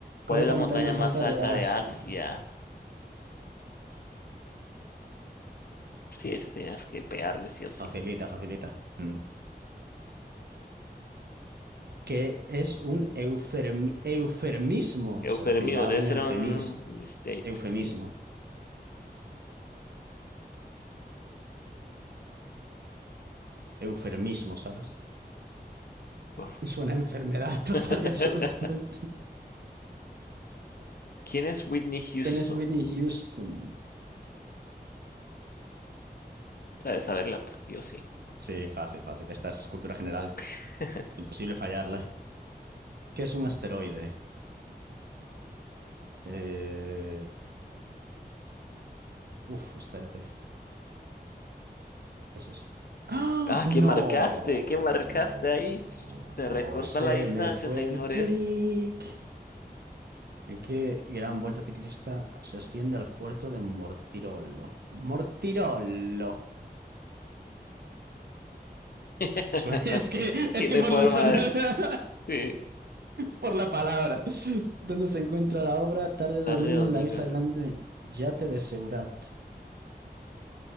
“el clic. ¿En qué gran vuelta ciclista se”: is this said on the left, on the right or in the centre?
Right